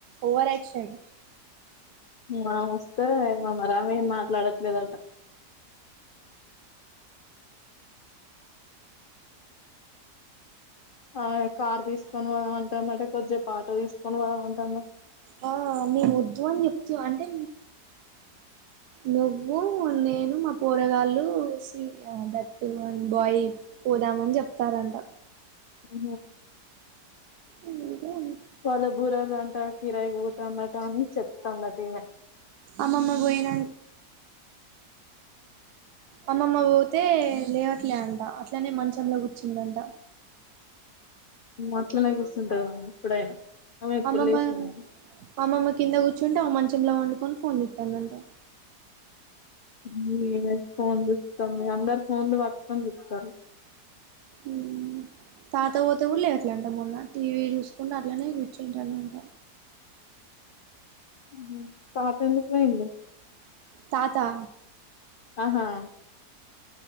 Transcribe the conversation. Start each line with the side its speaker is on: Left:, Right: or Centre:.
Right: ఓవర్ క్షన్
Left: నా అ ఏమ మరామ ఏం మాట్లాడట్లేదుట అ కార్ తీసుకొని వాళ్దమంటుందంటే కొద్దిపు పాట తీసుకొని పోళ్దమంటున్నట
Right: ఆ మేము వద్దు అని చెప్తూ అంటే నువ్వు నేను మా కూూరగాళ్ళు దట్ వన్ బాయ్ పోదామని చెప్తారంట
Left: హ
Right: ఇంట అ
Left: పల్ బూరలా అంటా కిరయితు చెప్ందట అని చెప్తున్నటమెే
Right: అమ్మమ్మ పోయినా అమ్మమ్మ పోతే లేవట్లే అంట అట్లనే మంచంలో కూర్చుందంట
Left: అట్లనే కూసుంటది ఆమె ఎప్పుడైనా ఆమె ఎప్పుడు
Right: అమ్మమ్మ
Left: లేచిందని
Right: అమ్మమ్మ కింద కూర్చుంటే అమ్మ చెలా వడుకోని ఫోన్ చూస్తదంట
Left: <unintelligible> ఫోన్ చూస్తాం మేము అందరు ఫోన్లు పట్టుకొని చూతారు.
Right: మ్మ్ తాత పోతే కూడా లేవట్లేదంట మొన్న టీవీ చూసుకుంటూ అట్లనే కూర్చుంటా అన్నర్ అంట.
Left: మ్మ్ తాత ఎందుకు పోయిండు
Right: తాతా
Left: ఆహా